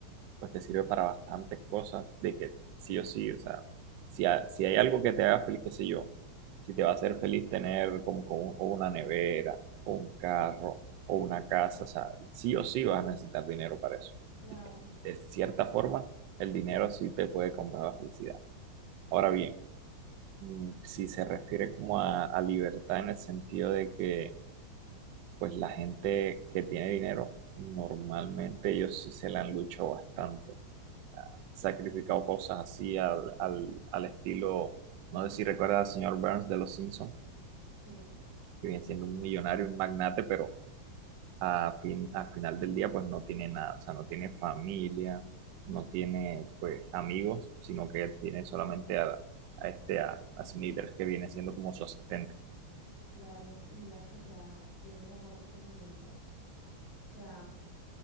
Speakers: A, on the right; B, on the left.
A: pues te sirve para bastantes cosas, de que sí o sí, o sea, si, ha- si hay algo que te haga feliz, qué sé yo, si te va a hacer feliz tener como, como o una nevera, o un carro, o una casa, o sea, sí o sí vas a necesitar dinero para eso.
B: claro,
A: Así que, De cierta forma, el dinero sí te puede comprar la felicidad. Ahora bien, mm, si se refiere como a, a libertad en el sentido de que, pues la gente que tiene dinero, normalmente ellos sí se la han luchado bastante sacrificado cosas así al, al, al estilo, no sé si recuerda al señor Burns de Los Simpsons,
B: sí,
A: que viene siendo un millonario, un magnate, pero a fin, al final del día pues no tiene nada, o sea, no tiene familia, no tiene pues amigos, sino que él tiene solamente a, a este, a, a Smithers, que viene siendo como su asistente.
B: claro. Y mira que, o sea, viendo esa parte que comentas, o sea,